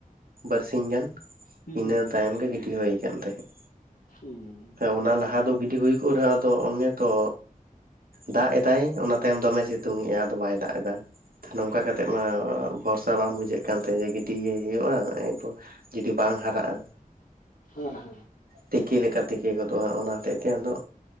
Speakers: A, on the right; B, on the left.
A: ᱵᱟᱨᱥᱤᱧ ᱜᱟᱱ
B: ᱦᱩᱸ
A: ᱤᱱᱟᱹ ᱛᱟᱭᱚᱢ ᱜᱮ ᱜᱤᱰᱤ ᱦᱳᱭ ᱠᱟᱱ ᱛᱟᱦᱮᱸᱫ
B: <unintelligible>
A: ᱦᱮᱸ ᱚᱱᱟ ᱞᱟᱦᱟ ᱫᱚ ᱜᱤᱰᱤ ᱦᱩᱭ ᱠᱚᱜ ᱨᱮᱦᱚᱸ ᱟᱫᱚ ᱚᱱᱮ ᱛᱚ ᱫᱟᱜ ᱮᱫᱟᱭ ᱚᱱᱟ ᱛᱟᱭᱚᱢ ᱫᱚᱢᱮ ᱥᱤᱛᱩᱝ ᱮᱜᱼᱟ ᱟᱫᱚ ᱵᱟᱭ ᱫᱟᱜ ᱮᱫᱟ ᱱᱚᱝᱠᱟ
B: ᱦᱩᱸ ᱦᱩᱸ
A: ᱠᱟᱛᱮ ᱵᱷᱚᱨᱥᱟ ᱵᱟᱝ ᱵᱩᱡᱷᱟᱹᱜ ᱠᱟᱱ ᱛᱟᱦᱮᱸᱫ ᱡᱮ ᱜᱤᱰᱤᱭᱮ ᱦᱩᱭᱩᱜᱼᱟ ᱮᱨᱯᱚᱨ ᱡᱩᱫᱤ ᱵᱟᱝ ᱦᱟᱨᱟᱜᱼᱟ
B: ᱦᱮᱸ ᱦᱮᱸ
A: ᱛᱤᱠᱤ ᱞᱮᱠᱟ ᱛᱤᱠᱤ ᱜᱚᱫᱚᱜᱼᱟ ᱚᱱᱟ ᱦᱚᱛᱮᱜ ᱛᱮ ᱟᱫᱚ